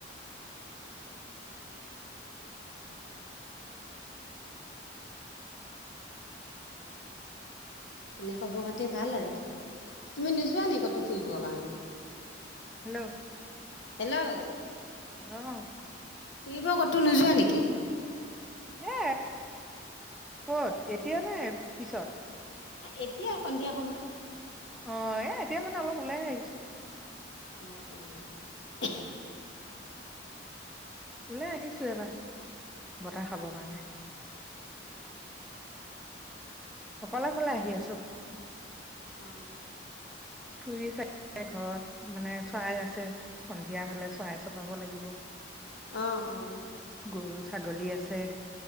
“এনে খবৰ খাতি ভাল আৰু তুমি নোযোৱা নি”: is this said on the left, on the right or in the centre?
Left